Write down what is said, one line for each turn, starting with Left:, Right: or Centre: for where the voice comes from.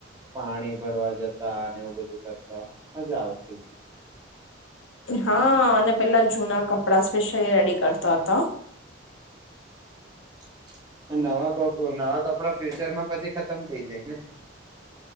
Right: પાણી ભરવા જતા અને એવું બધું કરતા મજા આવતી
Left: હા અને પેલા જૂના કપડા સ્પેશ્યયલી રેડી કરતો હતો
Right: <inaudible> નવા નવા કપડા ફ્યુચરમાં પછી ખતમ થઈ જાય ને